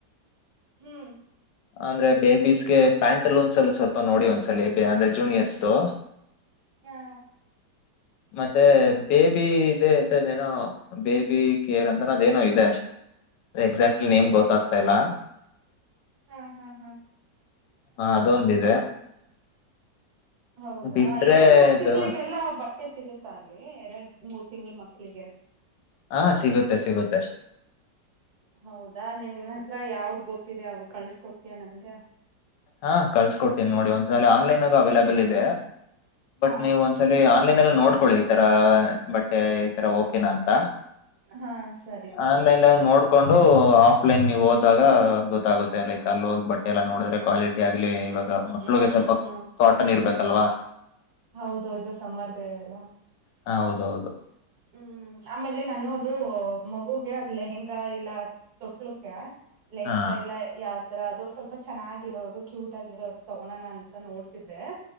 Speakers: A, on the right; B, on the left.
A: ಹ್ಮ್.
B: ಅಂದ್ರೆ ಬೇಬೀಸ್ಗೆ ಪ್ಯಾಂಟ್ ಲೂನ್ಸ್ಲ್ಲ ಸ್ವಲ್ಪ ನೋಡಿ ಒಂದ್ಸಲ ಅಂದ್ರೆ ಜೂನಿಯರ್ಸ್ು.
A: ಹಾ.
B: ಮತ್ತೆ ಬೇಬಿ ಇದೆ ಅಂತೇನೋ ಬೇಬಿ ಕೇರ್ ಅಂತನದ ೇನೋ ಇದೆ. ಎಕ್ಸಾಕ್ಟ್ಲಿ ನೇಮ್ ಗೊತ್ತಾಗ್ತಾ ಇಲ್ಲ.
A: ಹ್ಮ್ ಹ್ಮ್ ಹ್ಮ್.
B: ಹಾ ಅದೊಂದಿದೆ.
A: ಹೌದಾ
B: ಬಿಟ್ರೆ
A: ಎರಡ್ ಮೂರ್
B: ಇದು
A: ತಿಂಗಳಿಗೆಲ್ಲ ಬಟ್ಟ. ಮೆ ಸಿಗುತ್ತ ಅಲ್ಲಿ ಎರಡು ಮೂರ್ ತಿಂಗಳ ಮಕ್ಳಿಗೆ.
B: ಹಾ ಸಿಗುತ್ತೆ ಸಿಗುತ್ತೆ
A: ಹೌದಾ ನಿನ್ ಹತ್ರ ಯಾವ್ದ್ ಗೊತ್ತಿದೆ ಅವ ಕಳ್ಸ್ಕ ಕೊಡ್ತಯ ನನ್ಗ
B: ಹಾ ಕಳ್ಸ್ಕೊಡ್ತೀನಿ ನೋಡಿ ಒಂದ್ಸಲ ಆನ್ಲೈನ್ಗೂ ಅವೈಲಬಲ್ ಇದೆ ಬಟ್
A: ಹಾ
B: ನೀವು ಒಂದ್ಸಲ ಲೈನ್ ಎಲ್ಲ ನೋಡ್ಕೊಳ್ಳಿ ಈ ತರ ಬಟ್ಟೆ ಈ ತರ ಓಕೆನಾ ಅಂತ
A: ಹಾ ಸರಿ
B: ಆನ್ಲೈನ್ ನೋಡ್ ಹಕೊಂಡು ಆಫ್ಲೈನ್ ನೀವು ಹೋದಾಗ ಗೊತ್ತಾಗುತ್ತೆ ಲೈಕ್ ಅಲ್ಲಿ ಹೋಗಿ ಬಟ್ಟೆ ಎಲ್ಲಾ ನೋಡಿದ್ರೆ ಕ್ವಾಲಿಟಿ ಆಗ್ಲಿ ಇವಾಗ ಮಕ್ಳಿಗೆ
A: ಹ್ಮ್
B: ಸ್ವಲ್ಪ
A: ಹಾ
B: ಕಾಟನ್ ಇರ್ಬೇಕಲ್ವಾ
A: ಹೌದು ಇದು ಸಮ್ಮರ್ ಬೇರೆ ಎಲ್ಲ
B: ಹ ಹೌದೌದು
A: ಹ್ಮ್ ಆಮೇಲೆ ನನ್ನೋದು ಮಗುಗೆ ಅದ್ ಲೆಹೆಂಗಾ ಇಲ್ಲ ತೊಟ್ಲಕ್ಕೆ ಲೆಹೆಂಗಾ
B: ಹಾ
A: ಇಲ್ಲ ಯಾವ ಆರ ಅದು ಸ್ವಲ್ಪ ಚೆನ್ನಾಗಿರೋದು ಕ್ಯೂಟ್ ಆಗಿರೋದು ತಗೋಳೋಣ ಅಂತ ನೋಡ್ತಿದ್ದೆ